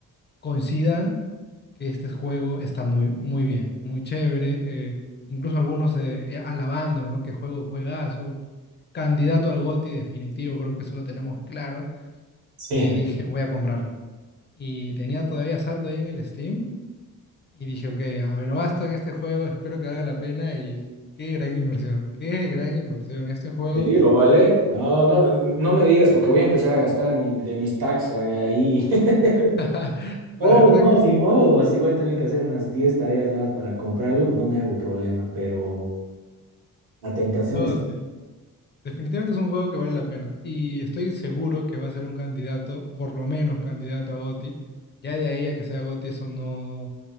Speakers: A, on the left (about 30°); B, on the right (about 85°).
A: coincidan que este juego está muy, muy bien, muy chévere. eh, incluso algunos eh, alabándonos, ¿no? Que juego, juegazo. Candidato al GOTY definitivo, creo que eso lo tenemos claro.
B: Sí.
A: Que dije, voy a comprarlo. Y tenía todavía saldo ahí en el Steam. Y dije, ok, ah, me lo gasto en este juego, espero que valga la pena. Y qué gran inversión, qué gran inversión este juego.
B: Sí, lo vale. No, no, no me digas porque voy a empezar a gastar mi- de mis tags ahí. <laughs>
A: <laughs> La
B: Oh,
A: verdad
B: no,
A: que es-
B: ni modo. Así voy a tener que hacer unas 10 tareas más para comprarlo. No me hago problema, pero la tentación
A: no,
B: es.
A: sí. Definitivamente es un juego que vale la pena y estoy seguro que va a ser un candidato, por lo menos candidato a GOTY. Ya de ahí a que sea GOTY eso no